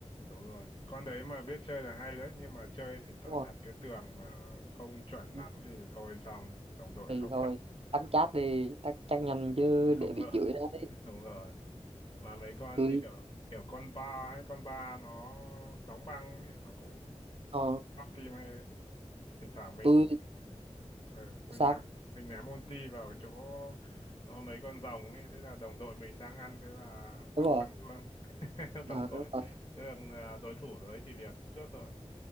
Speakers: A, on the left; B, on the right.
A: đúng rồi con đấy mà biết chơi là hay đấy nhưng mà chơi thỉnh thoảng
B: đúng rồi
A: đạp cái tường mà không chuẩn
B: Ừ.
A: lắm thì thôi xong đồng đội
B: thì
A: khóc
B: thôi tắt chat đi tắt chat nhanh chứ
A: <laughs>
B: để
A: đúng
B: bị
A: rồi
B: chửi đấy
A: đúng rồi mà mấy con
B: tôi
A: như kiểu kiểu con ba hay con ba nó đóng băng ấy, nó cũng
B: ờ,
A: bóc tim hay thỉnh thoảng mình
B: tôi
A: ờ, mình
B: sao
A: ném mình ném ulti vào chỗ ờ, mấy con rồng ấy thế là đồng đội mình đang ăn thế là đóng
B: đúng rồi
A: băng luôn <laughs> đồng
B: Ờ,
A: đội
B: đúng rồi
A: thế là ờ, đối thủ đấy chỉ việc cướp thôi